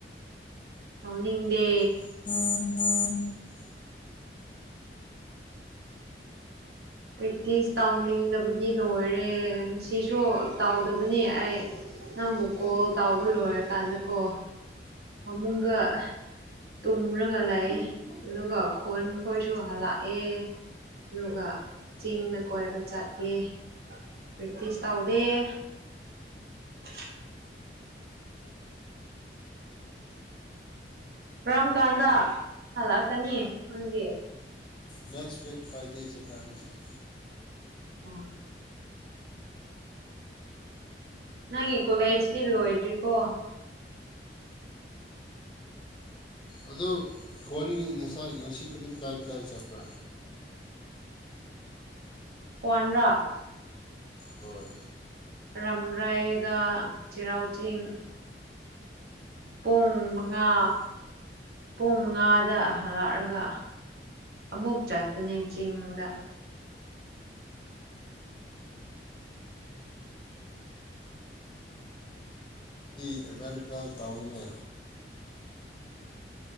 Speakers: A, on the right; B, on the left.
A: ꯇꯧꯅꯤꯡꯗꯦ
B: <unintelligible>
A: ꯄꯔꯦꯛꯇꯤꯏꯁ ꯇꯥꯎꯅꯤꯗꯕ ꯂꯣꯏꯔꯦ ꯉꯁꯤꯁꯨ ꯇꯥꯎꯗꯕꯅꯤ ꯑꯩ ꯅꯪꯕꯨꯛ ꯀꯣꯜ ꯇꯥꯎꯕ ꯂꯣꯏꯔꯀꯥꯟꯗꯀꯣ ꯐꯃꯨꯡꯒ ꯇꯨꯝꯔꯒ ꯂꯩ ꯑꯗꯨꯒ ꯈꯣꯟ ꯈꯣꯏꯁꯨ ꯍꯜꯂꯛꯑꯦ ꯑꯗꯨꯒ ꯆꯤꯡꯗ ꯀꯣꯏꯕ ꯆꯠꯂꯦ ꯄ꯭ꯔꯦꯛꯇꯤꯁ ꯇꯧꯗꯦ <inaudible> ꯀꯔꯝ ꯀꯥꯟꯗ ꯍꯜꯂꯛꯀꯅꯤ ꯅꯪꯗꯤ
B: ꯅꯦꯁ ꯋꯤꯛ ꯐꯔꯥꯏꯗꯦ ꯁꯦꯠꯔꯗꯦ ꯁꯟ
A: ꯑꯣ ꯅꯪꯒꯤ ꯀꯣꯂꯦꯖꯇꯤ ꯂꯣꯏꯗ꯭ꯔꯤꯕꯣ
B: ꯑꯗꯨ ꯐꯣꯟ ꯉꯁꯥꯏ ꯉꯁꯤ ꯀꯗꯥꯏ ꯀꯗꯥꯏ ꯆꯠꯄ꯭ꯔꯥ
A: ꯐꯣꯜꯔꯥ
B: ꯍꯣꯏ
A: ꯔꯝꯔꯩꯏꯒ ꯆꯩꯔꯥꯎꯆꯤꯡ ꯄꯨꯡ ꯃꯉꯥ ꯄꯨꯡ ꯃꯉꯥꯗ ꯍꯜꯂꯛꯑꯒ ꯑꯃꯨꯛ ꯆꯠꯄꯅꯦ ꯆꯤꯡꯗ
B: ꯑꯦꯚꯏꯂꯦꯕꯜ ꯇꯧꯋꯏꯤꯅꯦ